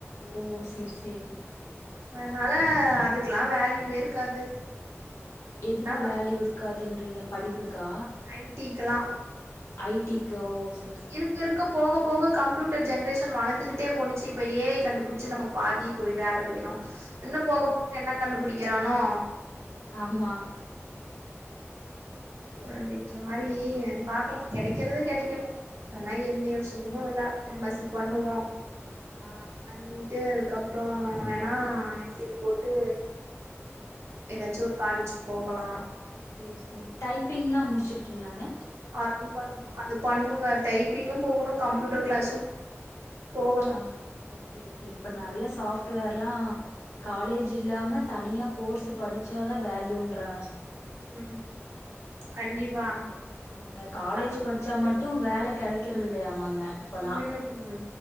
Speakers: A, on the left (about 85°); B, on the right (about 65°).
A: ஓ சேர் சேரி
B: அதனால அதுக்ல்லா வேல்யூவே இருக்காது
A: எதுக்கு
B: என்ன பண்
A: வேல்யூ இருக்காதுன்றீங்க படிப்புக்கா
B: ஐடிக்லா
A: ஐ டி கோ சேர் செரிங்க
B: இருக்க இருக்க போக போக கம்ப்யூட்டர் ஜென்ரேஷன் வளர்ந்துக்கிட்டே போணுச்சு இப்போ ஏஐ கண்டுபுடிச்சு நமக்கு பாதி போய் வேல போயிரு இன்னு
A: ஆமா
B: போக
A: ஆமா
B: போக என்ன கண்டுபுடிக்குறானோ
A: ஆமா
B: அப்டின்ற மாரி பாக்லா கெடைக்கிறது
A: ஓ
B: கெடைக்கட்டு அதெல்லா எந்த யோசனையு இல்ல எம் எஸ் சி பண்ணுவோ
A: ஆ
B: பண்ணிட்டு அதுக்கப்றோ வேணா எம் சி ஏ போட்டு ஏதாச்சு ஒரு காலேஜ்கு போகலா
A: சேர் சேரி டைப்பிங்லா முடிச்சுருகிங்ளாங்க
B: அதுவு பண்ணு அது பண்ணுங்க டைப்பிங்கு போகணு கம்ப்யூட்டர் கிளாஸு போகணு
A: ஆ ஓகே ஓகே இப்ப நெறய சாஃப்ட்வேர்லா காலேஜ் இல்லாம தனியா கோர்சு படிச்ச தா வேல்யூன்றா
B: ம் கண்டிப்பா
A: ஆமாங்க காலேஜ்
B: அது வந்து
A: படிச்சா மட்டு வேல கெடைக்கிறது இல்லையாமாங்க இப்பலா
B: ம்